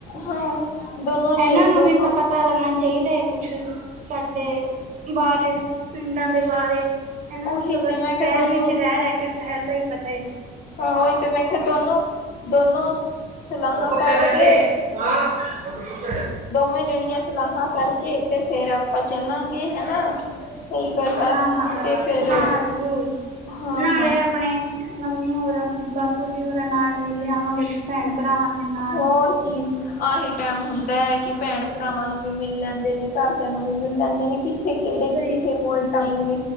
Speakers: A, on the left; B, on the right.
A: ਹਾਂ ਦੋਨੋ ਜੇ
B: ਇਹਨਾਂ ਨੂੰ
A: ਦੋਨੋ
B: ਵੀ ਤਾਂ ਪਤਾ ਲੱਗਣਾ ਚਾਹੀਦਾ ਹੈ ਕੁਛ ਸਾਡੇ ਬਾਰੇ ਪਿੰਡਾਂ ਦੇ ਬਾਰੇ ਇਹਨਾਂ ਨੂੰ
A: ਉਹੀ
B: ਤੋਂ ਬਸ
A: ਤੇ ਮੈਂ ਕਿਹਾ
B: ਸ਼ਹਿਰ
A: ਦੋਨੋ
B: ਵਿੱਚ ਰਹਿ ਰਹਿ ਕੇ ਸ਼ਹਿਰ ਦਾ ਹੀ ਪਤਾ ਹੈ
A: ਹਾਂ ਉਹੀ ਤੇ ਮੈਂ ਕਿਹਾਿਆ ਦੋਨੋ ਦੋਨੋ
B: ਉਹ ਪੱਪੇ
A: ਕਰਕੇ
B: ਬ ਕ ਮ ਚ ਜੇ
A: ਦੋਵੇਂ ਜਣੀਆਂ ਸਲਾਹਾਂ ਕਰਕੇ ਤੇ ਫੇਰ ਆਪਾਂ ਚੱਲਾਂਗੇ
B: ਬ
A: ਹਨਾ। ਸਹੀ ਗੱਲ ਆ
B: ਹਾਂ ਹਾਂ
A: ਤੇ ਫੇਰ
B: ਹਾਂ ਜ਼ਰੂਰ
A: ਹਾਂ,
B: ਨਾਲੇ
A: ਹਾਂ।
B: ਆਪਣੇ ਮੰਮੀ ਹੋਰਾਂ ਬਾਪੂ ਜੀ ਹੋਰਾਂ ਨਾਲ ਮਿਲਲੇ ਆਵਾਂਗੇ ਭੈਣ ਭਰਾਵਾਂ ਦੇ ਨਾਲ
A: ਹੋਰ ਕੀ ਆਹੀ ਟੈਮ ਹੁੰਦਾ ਹੈ ਕਿ ਭੈਣ ਭਰਾਵਾਂ ਨੂੰ ਵੀ ਮਿਲ ਲੈਂਦੇ ਨੇ ਘਰਦਿਆਂ ਨੂੰ ਵੀ ਮਿਲ ਲੈਂਦੇ ਨੇ ਕਿ ੱਥੇ ਕਿਹੜੇ
B: ਸਹੀ
A: ਕਿਸੇ
B: ਗੱਲ ਹੈ
A: ਕੋਲ ਟਾਈਮ